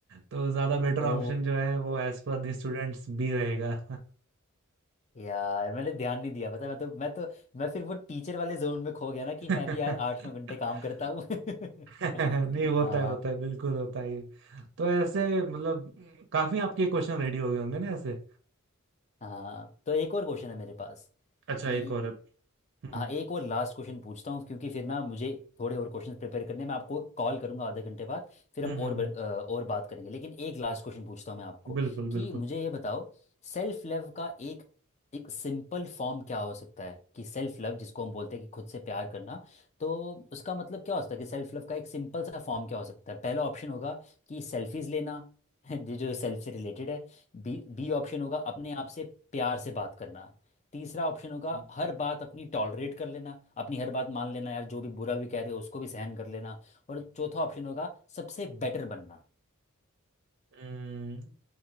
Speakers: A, on the right; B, on the left.
A: तो ज्यादा बेटर
B: ओ
A: ऑप्शन जो है वो as per the students B रहेगा
B: यार मैंने ध्यान नहीं दिया पता मैं तो मैं तो मैं फिर वो टीचर वाले जोन में खो गया ना कि
A: <laughs>
B: मैं भी यार आठ नौ घंटे काम करता हूँ <laughs>
A: <laughs> नहीं होता
B: हाँ
A: है होता है बिल्कुल होता है ये। तो ऐसे मतलब काफी आपके क्वेश्चन रेडी हो गए होंगे ना ऐसे
B: हाँ तो एक और क्वेश्चन है मेरे पास
A: अच्छा
B: कि
A: एक और है हम्म
B: हाँ एक और लास्ट क्वेश्चन पूछता हूँ क्योंकि फिर ना मुझे थोड़े और क्वेश्चन प्रिपेयर करने हैं। मैं आपको कॉल करूँगा आधे घंटे बाद फिर हम
A: हम्म
B: और
A: हम्म हम्म,
B: ब- अ, और बात करेंगे लेकिन एक लास्ट क्वेश्चन पूछता हूँ मैं आपको
A: बिल्कुल बिल्कुल
B: कि मुझे ये बताओ सेल्फ लव का एक एक सिंपल फॉर्म क्या हो सकता है कि सेल्फ लव जिसको हम बोलते हैं कि खुद से प्यार करना तो उसका मतलब क्या हो सकता है कि सेल्फ लव का एक सिंपल सा फॉर्म क्या हो सकता है पहला ऑप्शन होगा कि सेल्फीज लेना <laughs> जो सेल्फ से रिलेटेड है बी बी ऑप्शन होगा अपने आप से प्यार से बात करना तीसरा ऑप्शन होगा
A: हम्म
B: हर बात अपनी टॉलरेट कर लेना अपनी हर बात मान लेना यार जो भी बुरा भी कह रहे हो उसको भी सहन कर लेना और चौथा ऑप्शन होगा सबसे बेटर बनना
A: हम्म